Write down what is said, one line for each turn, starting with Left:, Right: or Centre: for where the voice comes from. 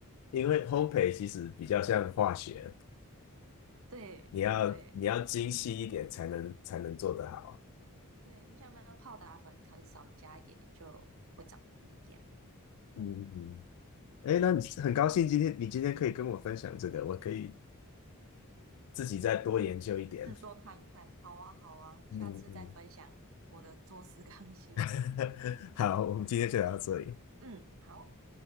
Left: 因为烘焙其实比较像化学，
Right: 对对
Left: 你要你要精细一点才能才能做得好。
Right: 对，就像那个泡打粉，你可能少加一点就会长得不一样。
Left: 嗯嗯，哎，那你很高兴今天你今天可以跟我分享这个，
Right: 对，
Left: 我可以自己再多研究一点。
Right: 去试做看看。好啊，好啊，
Left: 嗯嗯，
Right: 下次再分享我的做事刚心得。
Left: <laughs> 好，我们今天就聊到这里。
Right: 嗯，好。